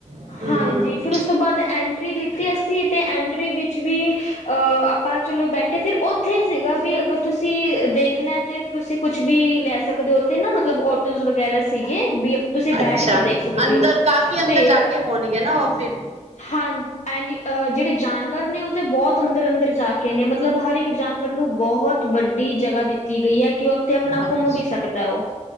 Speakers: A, on the right; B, on the left.
A: ਹੂੰ
B: ਹਾਂਜੀ ਫਿਰ ਉਸ ਤੋਂ ਬਾਅਦ ਐਂਟਰੀ ਲਿਤੀ ਅ। ਸੀ ਤੇ ਐਂਟਰੀ ਵਿੱਚ ਵੀ ਅ ਆਪਾਂ ਚਲੋ ਬੈਠੇ ਫਿਰ ਉਹ ਉੱਥੇ ਸੀਗਾ ਵੀ ਅਗਰ ਤੁਸੀਂ ਦੇਖਣਾ ਤੇ ਤੁਸੀਂ ਕੁੱਛ ਵੀ ਲੈ ਸਕਦੇ ਹੋ ਉਥੇ ਨਾ ਮਤਲਬ ਆਟੋਜ਼ ਵਗ ਵਗੈਰਾ ਸੀਗੇ ਵੀ ਤੁਸੀਂ ਬੈਠ
A: ਅੱਛਾ
B: ਕੇ ਦੇਖ ਸਕਦੇ
A: ਅੰਦਰ
B: ਹੋ
A: ਕਾਫੀ ਅੰਦਰ
B: ਤੇ
A: ਜਾ ਕੇ ਹੋਣਗੇ ਨਾ ਉਹ ਫਿਰ
B: ਹਾਂਜੀ ਐਨੀ ਅ ਜਿਹੜੇ ਜਾਨਵਰ ਨੇ ਉਹ ਤੇ ਬਹੁਤ ਅੰਦਰ ਅੰਦਰ ਜਾ ਕੇ ਨੇ ਮਤਲਬ ਹਰ ਇੱਕ ਜਾਨਵਰ ਨੂੰ ਬਹੁਤ ਵੱਡੀ ਜਗ੍ਹਾ ਦਿੱਤੀ ਗਈ ਹੈ ਕਿ ਉਹ ਉੱਥੇ ਆਪਣਾ
A: ਅੱਛਾ
B: ਘੁੰਮ ਵੀ ਸਕਦਾ ਉਹ